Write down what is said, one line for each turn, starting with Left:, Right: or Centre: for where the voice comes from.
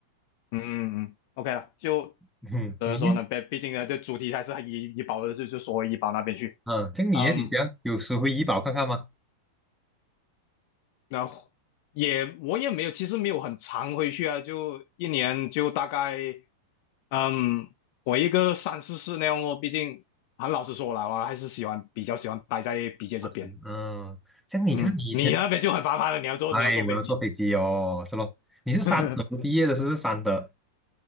Left: 嗯嗯 o k 了，就
Centre: <laughs> 嗯，
Left: 怎么说呢？
Centre: 你，
Left: 毕毕竟呢，这主题还是以医保的，就就说回医保那边去。
Centre: 嗯，像你耶，
Left: 嗯，
Centre: 你这样有时回怡保看看吗？
Left: 然后也我也没有，其实没有很常回去啊，就一年就大概嗯回个三四次那样哦。毕竟很老实说了，我还是喜欢比较喜欢待在 BJ
Centre: 华城，
Left: 这边。
Centre: 嗯，像你看你以前，
Left: 嗯，你那边就很麻烦了，你要坐你要坐飞机
Centre: 哎，我要坐飞机哦，是咯，你是三德毕业的，
Left: <laughs>
Centre: 是不是三德，